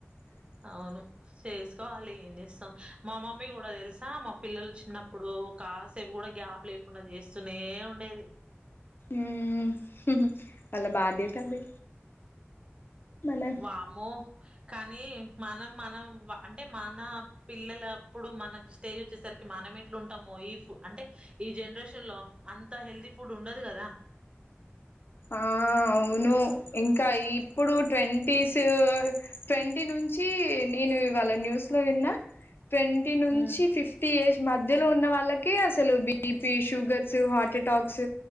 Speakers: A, on the right; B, on the left.
A: అవును చేసుకోవాలి ఏం చేస్తాం మా అమ మమ్మీ కూడా తెలుసా మా పిల్లలు చిన్నప్పుడు కాసేపు కూడా గ్యాప్ లేకుండా చేస్తూనే ఉండేది
B: ఆ వాళ బాధ్యత అది మన
A: వామో కానీ మనం మనం అంటే మన పిల్లల అప్పుడు మనకి స్టేజ్ వచ్చేసరికి మనం ఎట్లు ఉంటామో అంటే ఈ జనరేషన్ లో అంత హెల్తీ ఫుడ్ ఉండదు కదా
B: ఆ అవును ఇంకా ఇప్పుడు ట్వంటీస్ ట్వంటీ నుంచి నేను ఇవాళ న్యూస్ లో విన్నా ట్వంటీ నుంచి
A: హ్మ్
B: ఫిఫ్టీ ఏజ్ మధ్యలో ఉన్న వాళ్ళకి అసలు బీపి షుగర్స్ హార్ట్ అటాక్స్